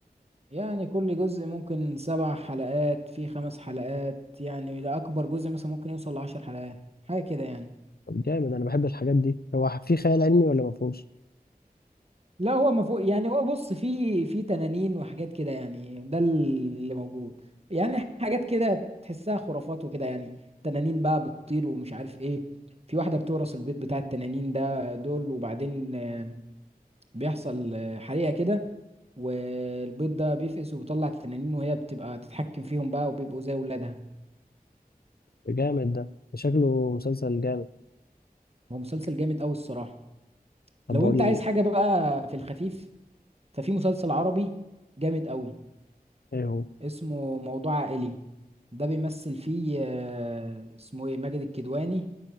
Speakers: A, on the right (about 40°); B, on the left (about 80°).
A: يعني كل جزء ممكن سبع حلقات في خمس حلقات يعني ده أكبر جزء مثلا ممكن يوصل لعشر حلقات حاجة كده يعني
B: طب جامد انا بحب الحاجات دي هو ح- في خيال علمي ولا ما فيهوش
A: لا هو ما فوق يعني هو بص في في تنانين وحاجات كده يعني ده اللي موجود يعني حاجات كده تحسها خرافات وكده يعني تنانين بقى بتطير ومش عارف ايه في واحدة بتورث البيت بتاع التنانين ده دول وبعدين آه، بيحصل آه، حريقة كده والبيض ده بيفقس وبيطلع التنانين وهي بتبقى تتحكم فيهم بقى وبيبقوا زي ولادها
B: جامد ده شكله مسلسل جامد
A: هو مسلسل جامد قوي الصراحة
B: طب
A: لو
B: بقول
A: انت عايز حاجة بقى في الخفيف ففي مسلسل عربي جامد قوي
B: ايه هو
A: اسمه موضوع عائلي ده بيمثل فيه آه، اسمه ايه ماجد الكدواني